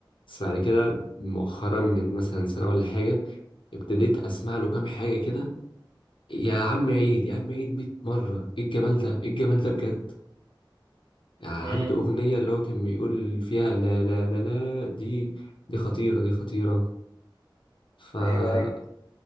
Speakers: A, on the left (about 75°); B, on the right (about 70°).
A: بس بعد كده مؤخرا من مثلا سنة ولا حاجة ابتديت اسمع له كام حاجه كده يا عم عيد يا عم عيد 100 مره ايه الجمال ده ايه الجمال ده بجد يعني
B: امم
A: عنده اغنيه اللي هو كان بيقول فيها لا لا لا لا دي دي خطيره دي خطيره ف آه،
B: ايوه ايوه